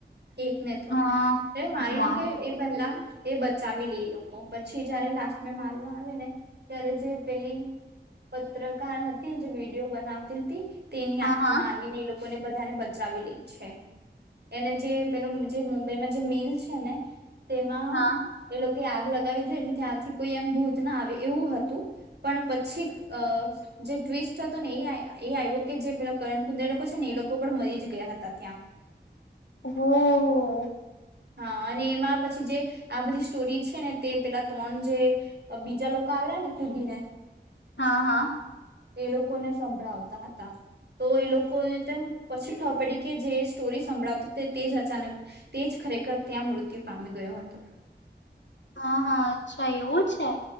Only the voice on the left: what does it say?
હા
ઉમા
હા
હા
હા
હ.
હા હા
હા હા અચ્છા એવું છે.